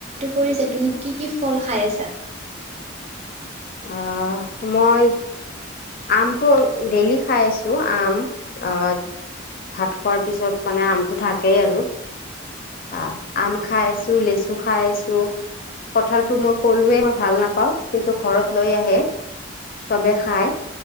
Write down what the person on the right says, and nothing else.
কৰিছা তুমি কি কি ফল খাই আছা?